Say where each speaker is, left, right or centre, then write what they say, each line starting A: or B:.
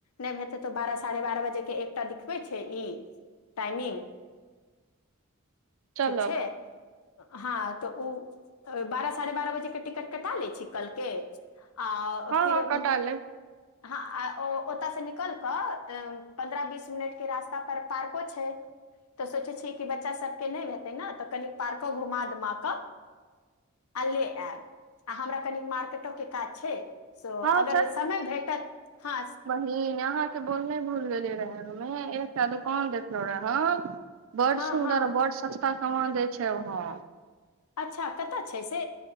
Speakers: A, on the left; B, on the right.
A: नहि हेतै तऽ बारह साढ़े बारह बजेके एकटा दिखबै छै ई टाइमिंग
B: <inaudible> चलब
A: ठीक छै हँ तऽ ओ बारह साढ़े बारह बजे टिकट कटा लै छी कल के आ
B: हँ
A: फिर
B: हँ कटा लेब
A: हँ आ ओ ओतयसँ निकल कऽ पन्द्रह बीस मिनट के रास्ता पर पार्को छै तऽ सोचै छियै कि बच्चा सबके नइ हेतै ने तऽ कनि पार्को घुमा दुुमा कऽ आ ले आऐब आ हमरा कनि मार्केटो के काज छै सो
B: हँ
A: अगर समय भेटत हँ
B: ई अहाँके बोल नहि भूल गेलियै रहै हमे एकटा दोकान देखलहुँ रहए बड्ड
A: हँ
B: सुन्दर
A: हँ
B: बड्ड सस्ता सामान दै छै वहाँ
A: अच्छा कतऽ छै से